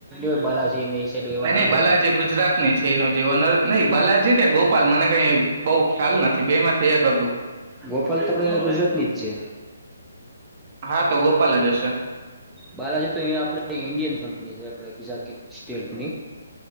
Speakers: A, in the centre; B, on the right.
A: ે બાલાજી એ
B: નઈ
A: નામ
B: નઈ બાલાજી
A: હોયને
B: ગુજરાતની છે એનો જે ઓનર નહી બાલાજી કે ગોપાલ મને કઈ બઉ ખ્યાલ નથી બે માંથી એક હતું
A: ગોપાલ તો ગુજરાતની જ છે
B: હા તો ગોપાલ જ હશે
A: બાલાજી તો ઇન્ડિયન કંપની. જા કે સ્ટેટ. હો